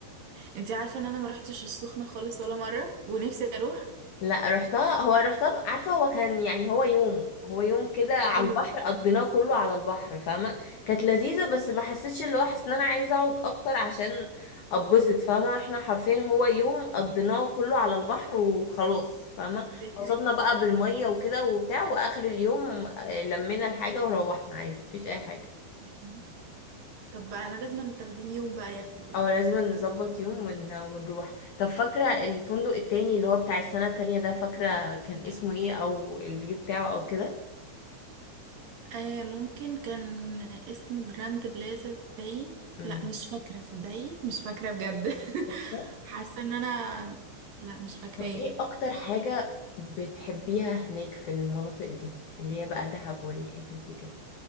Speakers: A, on the right; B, on the left.
A: انتي عارفة ان انا ما رحتش السخنة خالص ولا مرة ونفسي اروح
B: لا رحتها هو رحتها ب- عارفة هو كان يعني هو يوم هو يوم كده على
A: ايوه
B: البحر قضيناه كله على البحر فاهمة كانت لذيذة بس ما حسيتش اللي هو حاسة ان انا عايزة اقعد اكتر عشان اتبسط فاهمة احنا حرفيا هو يوم قضيناه كله على البحر وخلاص فاهمة
A: دي حقيقة
B: انبسطنا بقى بالمية وكده وبتاع واخر اليوم آه، لمينا الحاجة وروحنا عادي مفيش اي حاجة
A: مم. طب بقى انا لازم تاخديني يوم بقى يخت كده
B: او لازم نظبط يوم ون... ونروح طب فاكرة الفندق التاني اللي هو بتاع السنة التانية ده فاكرة كان اسمه ايه او الفيو بتاعه او كده
A: آه ممكن كان اسمه جراند بلازا باين
B: مم.
A: لا مش فاكرة صدقي مش فاكرة بجد <laughs>
B: فاكرة؟
A: حاسة ان انا لا مش فاكراه
B: طب ايه اكتر حاجة بتحبيها هناك في المناطق دي اللي هي بقى دهب والحتت دي كده